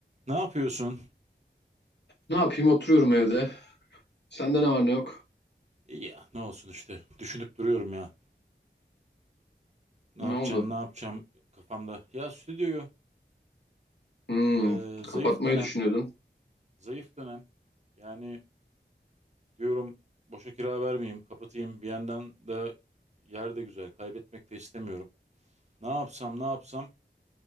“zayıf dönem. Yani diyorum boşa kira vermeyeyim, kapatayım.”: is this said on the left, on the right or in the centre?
Right